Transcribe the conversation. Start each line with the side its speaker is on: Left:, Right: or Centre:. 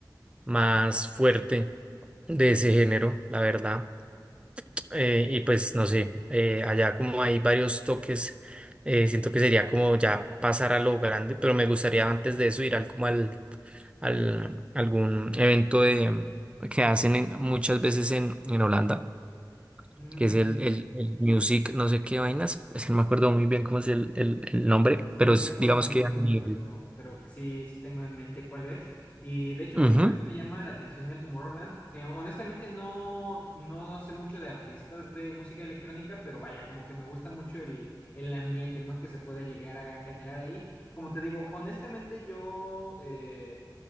Right: más fuerte de ese género, la verdad.
Left: Sí.
Right: Eh, y pues no sé, eh, allá como hay varios toques, eh, siento que sería como ya pasar a lo grande, pero me gustaría antes de eso ir al como al, al algún evento de que hacen en- muchas veces en, en Holanda,
Left: Mm,
Right: que es
Left: sí.
Right: el, el, el Music, no sé qué vainas, es que no me acuerdo muy bien cómo es el, el, el nombre,
Left: Sí,
Right: pero
Left: no
Right: es
Left: recuerdo
Right: digamos
Left: tampoco
Right: que a
Left: el
Right: nivel.
Left: nombre, pero, pero sí, sí tengo en mente cuál es. Y de hecho
Right: Ujú,
Left: creo que también me llama la atención el Tomorrowland. Eh, honestamente no, no sé mucho de artistas de música electrónica, pero vaya, como que me gusta mucho el, el ambiente, ¿no? Que se puede llegar a generar ahí. Como te digo, honestamente yo, eh,